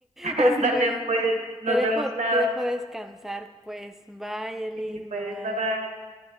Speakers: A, on the right; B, in the centre.
A: Ándale,
B: está bien.
A: pues, nos
B: Te dejo,
A: vemos, claro.
B: te dejo descansar, pues. Bye, Eli.
A: Sí,
B: Bye
A: pues,
B: bye.
A: bye bye.